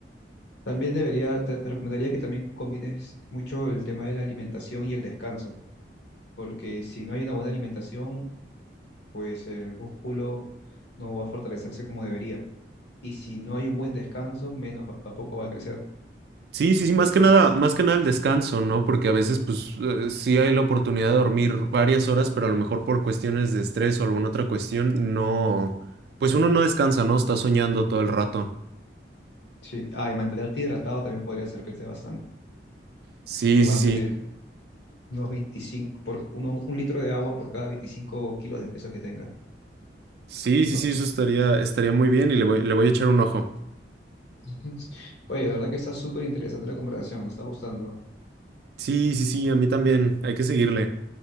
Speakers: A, on the left; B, on the right.
A: También debería, te, te recomendaría que también combines mucho el tema de la alimentación y el descanso, porque si no hay una buena alimentación, pues el músculo no va a fortalecerse como debería. Y si no hay un buen descanso, menos va- tampoco va a crecer.
B: Sí, sí,
A: Entonces,
B: sí, más que nada, más que nada el descanso, ¿no? Porque a veces, pues, eh, sí hay la oportunidad de dormir varias horas, pero a lo mejor por cuestiones de estrés o alguna otra cuestión, no, pues uno no descansa, ¿no? Está soñando todo el rato.
A: sí. Ah, y mantenerte hidratado también podría servirte bastante.
B: Sí,
A: Tomarte
B: sí, sí.
A: unos veinticinco por, uno, un litro de agua por cada 25 kilos de peso que tengas.
B: Sí, sí,
A: Ups.
B: sí, eso estaría, estaría muy bien y le voy, le voy a echar un ojo.
A: Ujú. <laughs> Oye, de verdad que está súper interesante la conversación, me está gustando.
B: Sí, sí, sí, a mí también. Hay que seguirle.